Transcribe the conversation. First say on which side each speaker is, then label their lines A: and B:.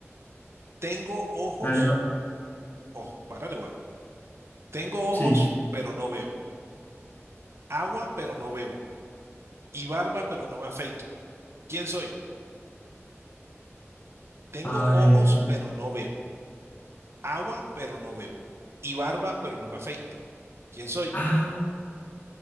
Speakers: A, on the right (about 60°); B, on the left (about 40°).
A: Tengo ojos.
B: Dale, vale.
A: Ojo, párale, bola. Tengo
B: Sí.
A: ojos, pero no veo. Agua, pero no bebo. Y barba, pero no me afeito. ¿Quién soy? Tengo
B: A
A: ojos,
B: ver.
A: pero no veo. agua, pero no bebo, y barba, pero no me afecto. ¿Quién soy?
B: Ah,